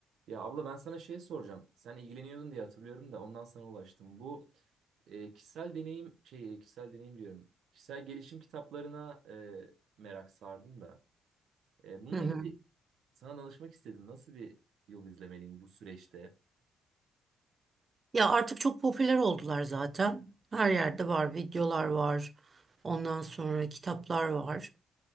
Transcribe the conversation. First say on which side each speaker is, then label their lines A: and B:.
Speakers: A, on the right; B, on the right.
A: Ya abla ben sana şey soracağım. Sen ilgileniyordun diye hatırlıyorum da ondan sana ulaştım. Bu e, kişisel deneyim şey e, kişisel deneyim diyorum. Kişisel gelişim kitaplarına e, merak sardım da. E, bununla
B: Hı hı.
A: ilgili sana danışmak istedim. Nasıl bir yol izlemeliyim bu süreçte?
B: Ya artık çok popüler oldular zaten. Her yerde var, videolar var. Ondan sonra kitaplar var.